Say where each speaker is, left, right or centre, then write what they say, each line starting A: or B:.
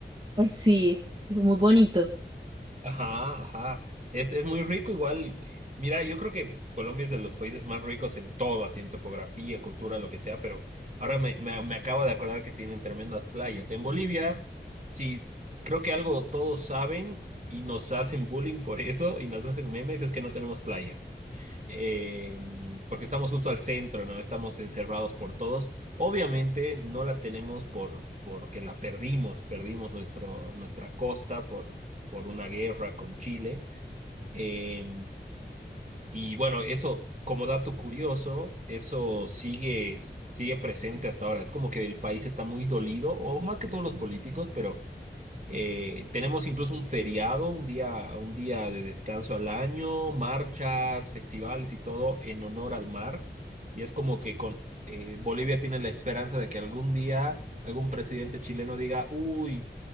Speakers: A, on the right; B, on the right.
A: pues sí, es muy bonito.
B: Ajá, ajá. Es, es muy rico igual. eh, Mira, yo creo que Colombia es de los países más ricos en todo, así en topografía, cultura, lo que sea, pero ahora me, me, me acabo de acordar que tienen tremendas playas. En Bolivia, sí, creo que algo todos saben y nos hacen bullying por eso y nos hacen memes, es que no tenemos playa eh, porque estamos justo al centro, ¿no? Estamos encerrados por todos. Obviamente no la tenemos por, porque la perdimos, perdimos nuestro, nuestra costa por, por una guerra con Chile. Eh, y bueno, eso, como dato curioso, eso sigue, sigue presente hasta ahora. Es como que el país está muy dolido, o más que todos los políticos, pero eh, tenemos incluso un feriado, un día, un día de descanso al año, marchas, festivales y todo en honor al mar. Y es como que con eh, Bolivia tiene la esperanza de que algún día algún presidente chileno diga, uy,